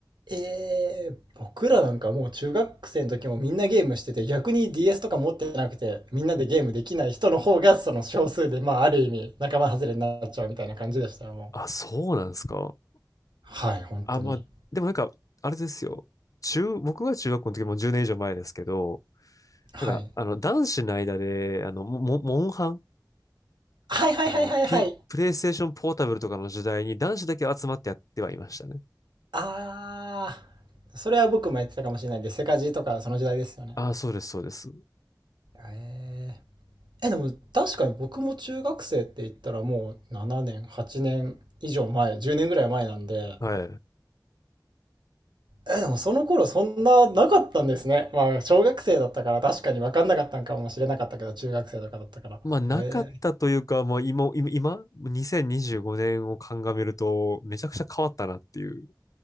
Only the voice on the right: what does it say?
えー、僕らなんかもう中学生の時もみんなゲームしてて逆に DS とか持ってなくてみんなでゲームできない人の方がその少数でまあある意味仲間外れになっちゃうみたいな感じでしたよも
うはい本当に
はい
はいはいはいはいはい
あーそれは僕もやってたかもしれないんでセカジとかその時代ですよね
えー、えでも確かに僕も中学生って言ったらもう7年8年以上前10年ぐらい前なんで
え、でもその頃そんななかったんですね。まあ、小学生だったから確かに分かんなかったんかもしれなかったけど、中学生とかだったから。
へえ。